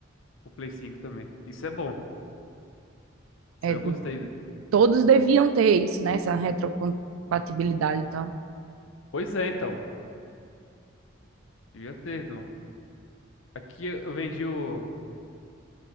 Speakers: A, on the left (about 70°); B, on the right (about 90°).
A: O Play 5 também. Isso é bom. Isso
B: É,
A: aí
B: de-
A: eu gostei. dele.
B: todos deviam ter isso, né? Essa retrocompatibilidade e tal.
A: Pois é, então. Devia ter, não. Aqui eu eu vendi o,